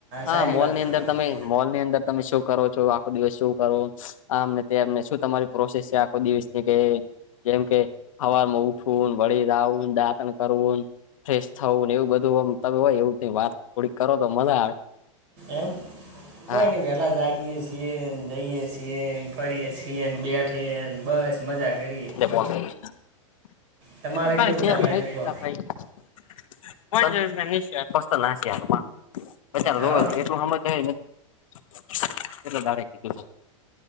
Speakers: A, on the left; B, on the right.
A: હા
B: સારી
A: મોલ
B: વાત
A: ની
B: કરો
A: અંદર તમે મોલ ની અંદર તમે શું કરો છો આખો દિવસ શું કરો આમને તેમને શું તમારી પ્રોસેસ છે આ ખો દિવસ કે જેમ કે હવારમાં ઉઠવું વળી જાઉન દાતણ કરવુ ફ્રેશ થવું ને એવું બધુંમ તમે હોય એવું વાત થોડીક કરો તો મજા આવે
B: એમ કોઈ
A: હા
B: નહી વહેલા જાગીએે છે. છીએન જઈએ છીએન ફરીએ છીએન બેઠીએ બસ મજા કરીએ
A: <unintelligible>
B: તમારે કેવું ચાલે છે કહો
A: <unintelligible> <unintelligible>
B: હા